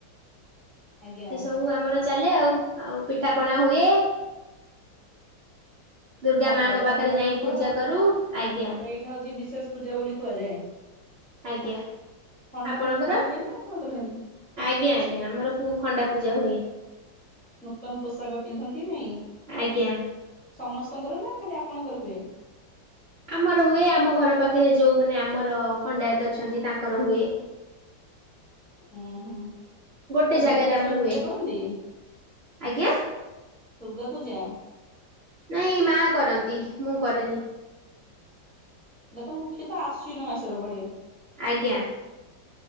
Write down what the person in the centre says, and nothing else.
ଆଜ୍ଞା
ଖଣ୍ଡାୟତ
ମାନଙ୍କର
ତ
ଏଇଟା ହଉଛି ବିଶେଷ ପୂଜା ବୋଲି କୁହାଯାଏ।
ଖଣ୍ଡା
ପଣ୍ଡା ପୂଜା ହୁଏନା ଆପଣଙ୍କର ନା ହୁଏନି?
ନୂତନ ପୋଷାକ ପିନ୍ଧନ୍ତି ନାଇଁ?
ସମସ୍ତଙ୍କର ନା ଖାଲି ଆପଣଙ୍କର ହୁଏ?
ହଁ ହଁ
ଆଉ
ଦୁର୍ଗାଷ୍ଟମୀ
ପୂଜା କରନ୍ତି?
ଦୁର୍ଗା ପୂଜା।
ଏଇଟା ତ ମୁଖ୍ୟତଃ ଆଶ୍ୱିନ ମାସର ପଡେ।